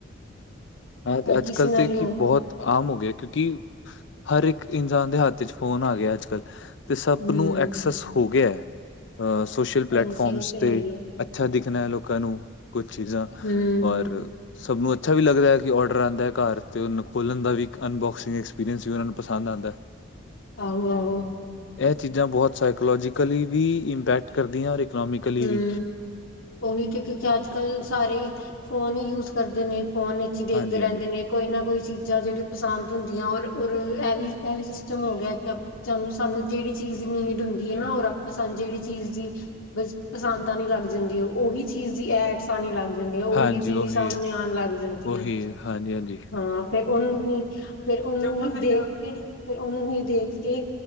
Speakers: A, on the left (about 60°); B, on the left (about 75°).
A: ਹਾਂ।
B: ਹਰ
A: ਅੱਜ-
B: ਕਿਸੇ
A: ਕੱਲ
B: ਨਾਲ
A: ਤਾ
B: ਹੀ
A: ਕੀ
B: ਹੋ
A: ਬਹੁਤ ਆਮ ਹੋ ਗਿਆ, ਕਿਉਂਕਿ ਹਰ ਇੱਕ ਇਨਸਾਨ ਦੇ ਹੱਥ'ਚ ਫੋਨ ਆਗਿਆ ਅੱਜ-ਕਲ। ਤੇ, ਸੱਪ
B: ਹੂੰ
A: ਨੂੰ ਐਕਸੈਸ ਹੋ ਗਿਆ ਹੈ। ਅ ਸੋਸ਼ਲ
B: ਹਾਂਜੀ
A: ਪਲੈਟਫਾਰਮਸ
B: ਉਹ
A: ਤੇ।
B: ਹੈ ਹੀ ਹੈ
A: ਅੱਛਾ, ਦਿਖਨਾ ਏ ਲੋਕਾਂ ਨੂੰ। ਕੁਛ ਚੀਜ਼ਾਂ,
B: ਹੂੰ
A: ਔਰ ਸਭ ਨੂੰ ਅੱਛਾ ਵੀ ਲੱਗ ਰਿਹਾ। ਕਿ ਔਡਰ ਆਉਂਦਾ ਹੈ ਘਰ ਅਤੇ ਉਹਨੂੰ ਖੋਲ੍ਹਣ ਦਾ ਵੀ ਇੱਕ ਅਨਬੋਕਸਿੰਗ ਐਕਸਪੀਰੀਅੰਸ ਵੀ ਉਹਨਾਂ ਨੂੰ ਪਸੰਦ ਆਉਦਾ ਹੈ।
B: ਆਹੋ ਆਹੋ।
A: ਇਹ ਚੀਜ਼ਾਂ ਬਹੁਤ ਸਾਈਕੋਲੋਜੀਕਲੀ ਵੀ ਇੰਪੈਕਟ ਕਰਦੀਆਂ ਔਰ। ਇਕਨੋਮਿਕਲੀ
B: ਹਮ
A: ਵੀ
B: ਉਹੀ ਤੇ ਕਿਉਂਕਿ ਅੱਜ ਕੱਲ ਸਾਰੇ ਫੋਨ ਹੀ ਯੂਜ ਕਰਦੇ ਨੇ। ਫੋਨ ਵਿੱਚ ਹੀ ਦੇਖਦੇ
A: ਹਾਂਜੀ
B: ਰਹਿੰਦੇ
A: ਹਾਂਜੀ
B: ਨੇ ਕੋਈ ਨਾ ਕੋਈ। ਚੀਜ਼ਾਂ ਜਿਹੜੀ ਪਸੰਦ ਹੁੰਦੀਆਂ ਔਰ ਔਰ ਇਹ ਵੀ ਇਹ ਵੀ ਸਿਸਟਮ ਹੋ ਗਿਆ ਕਿ ਆਪਾਂ ਨੂੰ ਸਾਨੂੰ ਜਿਹੜੀ ਚੀਜ਼। ਇਜੀ ਨੀਡ ਹੁੰਦੀ ਹੈ ਨਾ ।ਔਰ ਆਪ ਜਿਹੜੀ ਚੀਜ਼ ਦੀ ਪਸੰਦ ਆਨੀ ਲੱਗ ਜਾਂਦੀ ਉਹੀ ਚੀਜ਼ ਦੀ ਐਡਸ ਆਣੀ ਲੱਗ। ਜਾਂਦੀ ਉਹੀ
A: ਹਾਂਜੀ
B: ਚੀਜ਼
A: ਉਹੀ
B: ਸਾਹਮਣੇ
A: ਹੈ
B: ਆਉਣ ਲੱਗ ਜਾਂਦੀਆਂ
A: ਉਹੀ ਹੈ ਹਾਂਜੀ ਹਾਂਜੀ
B: ਹਾਂ। ਫੇਰ ਉਹਨੂੰ ਹੀ ਫੇਰ ਉਹਨੂੰ ਹੀ ਦੇਖ ਕੇ ਫਿਰ ਉਹਨੂੰ ਹੀ ਦੇਖ ਕੇ